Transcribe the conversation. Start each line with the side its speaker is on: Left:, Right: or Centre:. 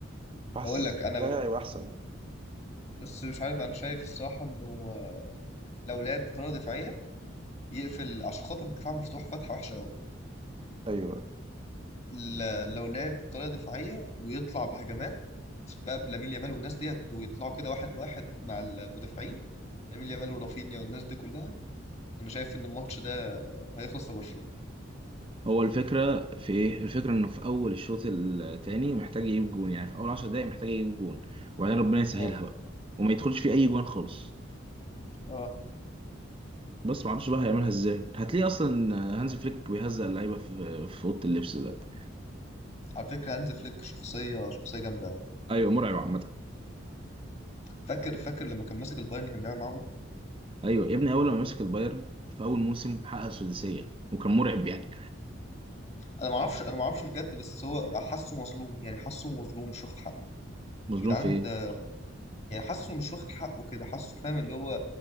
Right: فحاسس
Left: هقول لك انا
Right: ده
Left: ب-
Right: هيبقى احسن يعني
Left: بس مش عارف انا شايف الصراحه انه آه، لو لعب بطريقه دفاعيه يقفل عشان خاطر الدفاع مفتوح فتحه وحشه قوي
Right: ايوه
Left: ل- لو لعب بطريقه دفاعيه ويطلع بهجمات بقى بلامين يامال والناس ديت ويطلعوا كده واحد لواحد مع المدافعين لامين يامال ورافينيا والناس دي كلها انا شايف ان الماتش ده آه، هيخلص لبرشلونه
Right: هو الفكرة في ايه؟ الفكرة انه في اول الشوط التاني محتاج يجيب جون يعني في اول عشر دقايق محتاج يجيب جون وبعدين ربنا يسهلها
Left: اه
Right: بقى وما يدخلش فيه اي جون خالص
Left: اه
Right: بس ما اعرفش بقى هيعملها ازاي هتلاقيه اصلا هانز فليك بيهزق اللعيبه في في اوضه اللبس دلوقتي
Left: على فكره هانز فليك شخصيه شخصيه جامده قوي
Right: ايوه مرعب عامه
Left: فاكر فاكر لما كان ماسك البايرن كان بيعمل معاهم ايه
Right: ايوه يا ابني اول ما مسك البايرن في اول موسم حقق سداسيه وكان مرعب يعني
Left: انا ما اعرفش انا ما اعرفش بجد بس هو حاسه مظلوم يعني حاسه مظلوم مش واخد حقه
Right: مظلوم
Left: يا جدعان
Right: في ايه
Left: ده يعني حاسه مش واخد حقه كده حاسه فاهم اللي هو